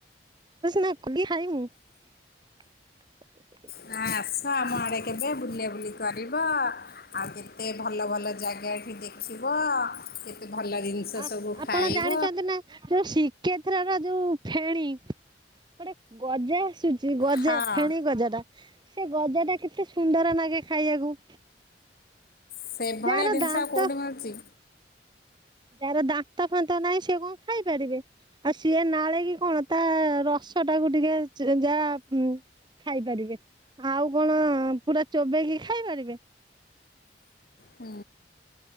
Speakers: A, on the right; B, on the left.
A: ନା କଲି ଖାଇ ମୁଁ <inaudible>
B: ନା ଆସ ଆମ ଆଡେ କେବେ ବୁଲାବୁଲି କରିବ ଆଉ କେତେ ଭଲ ଭଲ ଜାଗା ଠି ଦେଖିବ। କେତେ ଭଲ ଜିନିଷ
A: ଆ
B: ସବୁ
A: ଆପଣ
B: ଖାଇବ
A: ଜାଣିଛନ୍ତି ନା ଯୋଉ ଶିକେ ଏଥର ଯୋଉ ଫେଣି ଗୋଟେ ଗଜା ଆସୁଛି ଗଜା
B: ହଁ
A: ଫେଣି ଗଜା ଟା। ସେ ଗଜା ଟା କେତେ ସୁନ୍ଦର ଲାଗେ ଖାଇବାକୁ।
B: ସେଭଳିଆ
A: ଯାହାର
B: ଜିନିଷ
A: ଦାନ୍ତ
B: କୋଉଠି ମିଳୁଛି।
A: ଯାହାର ଦାନ୍ତ ଫାନ୍ତ ନାହିଁ ସି କଣ ଖାଇ ପାରିବେ ଆଉ ସିଏ ନାଳ କି କଣ ତା ର ଛୁଆଟାକୁ ଟିକେ ଯାହା ଉଁ। ଖାଇପାରିବେ ଆଉ କଣ ପୁରା ଚୋବେକି ଖାଇ ପାରିବେ।
B: ହୁଁ।